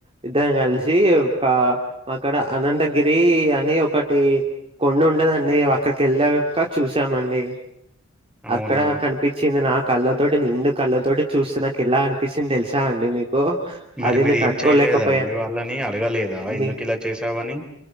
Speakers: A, on the right (about 25°); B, in the centre.
A: ఇద్దరం కలిసి ఒక అక్కడ అనంతగిరీ గిరి అని ఒకటి కొండ ఉండదండి అక్కడికి వెళ్ళాక చూసామండి
B: అవునా
A: అక్కడ కనిపించింది నా కళ్ళతోటి నిండు కళ్ళతోటి చూస్త నాకు ఎలా అనిపిస్తుది తెలుస వచ్చా అండి మీకు అ
B: మరి
A: అది
B: మీరు
A: నీ తట్కలేకపోయా
B: ఏం చేయలేదా అండి వాళ్ళని అడగలేదా ఎందుకు
A: న
B: ఇలా చేసావని